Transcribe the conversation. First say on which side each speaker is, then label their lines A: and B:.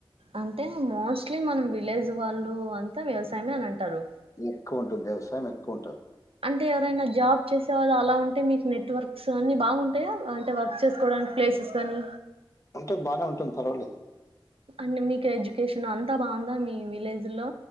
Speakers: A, on the right; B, on the left.
A: అంటే మోస్ట్లీ మనం విలేజ్ వాళ్ళు అంతా వ్యవసాయమే అని అంటారు
B: ఎక్కువ ఉంటుంది వ్యవసాయం ఎక్కువ ఉంటది
A: అంటే ఎవరైనా జాబ్ చేసేవాళ్ళు అలా ఉంటే మీకు, నెట్వర్క్స్ అన్ని బాగుంటయా అంటే వర్క్ చేసుకోవడం ఆ ప్లేసెస్ కానీ
B: ఉంటే బాగానే ఉంటుంది పర్వలేదు
A: అంటే మీకు ఎడ్యుకేషన్ అంతా బాగుందా మీ విలేజ్ లో